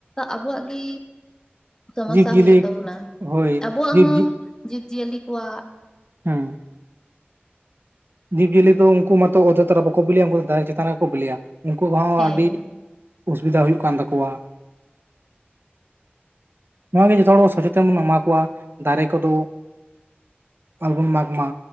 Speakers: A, on the left; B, on the right.
A: ᱟᱵᱚᱣᱟᱜ ᱜᱮ ᱥᱚᱢᱚᱥᱟ
B: ᱡᱤᱵᱽᱼᱡᱤᱭᱟᱹᱞᱤ
A: ᱦᱩᱭᱩᱜ ᱛᱟᱵᱚᱱᱟ
B: ᱦᱳᱭ
A: ᱟᱵᱚᱣᱟᱜ
B: ᱡᱤᱵᱽ
A: ᱦᱚᱸ
B: ᱡᱤ
A: ᱡᱤᱵᱽ ᱡᱤᱭᱟᱹᱞᱤ ᱠᱚᱣᱟᱜ
B: ᱦᱮᱸ, ᱡᱤᱵᱽᱡᱤᱭᱟᱹᱞᱤ ᱫᱚ ᱩᱱᱠᱩ ᱢᱟᱛᱚ ᱚᱛ ᱞᱟᱛᱟᱨ ᱨᱮᱢᱟ ᱵᱟᱠᱚ ᱵᱤᱞᱤᱭᱟ ᱩᱱᱠᱩ ᱫᱚ ᱫᱟᱨᱮ ᱪᱮᱛᱟᱱ ᱨᱮᱠᱚ ᱵᱤᱞᱤᱭᱟ ᱩᱱᱠᱩ ᱦᱚᱸ
A: ᱦᱮᱸ
B: ᱟᱹᱰᱤ ᱚᱥᱩᱵᱤᱫᱟ ᱦᱩᱭᱩᱜ ᱠᱟᱱ ᱛᱟᱠᱚᱣᱟ᱾ ᱱᱚᱣᱟ ᱜᱮ ᱡᱚᱛᱚ ᱦᱚᱲ ᱥᱚᱪᱮᱛᱚᱱ ᱵᱚᱱ ᱮᱢᱟ ᱠᱚᱣᱟ ᱫᱟᱨᱮ ᱠᱚᱫᱚ ᱟᱞᱚ ᱵᱚᱱ ᱢᱟᱜ ᱢᱟ᱾